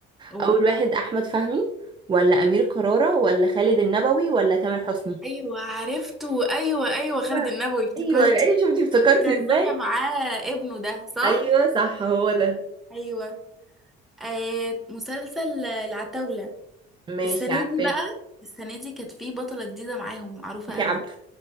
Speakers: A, in the centre; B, on the right.
A: قولي
B: اول واحد احمد فهمي ولا امير كرارة ولا خالد النبوي ولا تامر حسني
A: ايوه عرفته ايوه ايوه خالد
B: آه.
A: النبوي افتكرته
B: ايوه ايوه شفتي افتكرتي
A: اللي كان
B: ازاي
A: طالع معاه ابنه ده صح
B: ايوه صح هو ده
A: ايوه آه مسلسل العتاولة
B: ماشي
A: السنة
B: عارفاه
A: دي بقى السنة دي كانت في بطلة جديدة معاهم معروفة
B: في
A: قوي
B: عبده